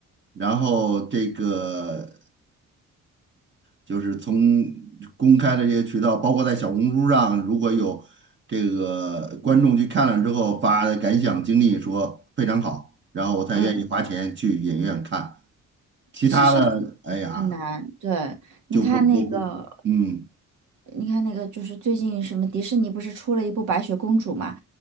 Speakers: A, on the right; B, on the right.
A: 然后这个就是从公开的这些渠道，包括在小红书上，如果有这个观众去看了之后发的感想经历说非常好，然后我才愿意花钱去影院看，
B: 嗯。
A: 其他的，
B: 其实很
A: 哎呀。
B: 很难，对，你看那个，
A: 就不不不，嗯，
B: 你看那个，就是最近什么迪士尼不是出了一部《白雪公主》嘛，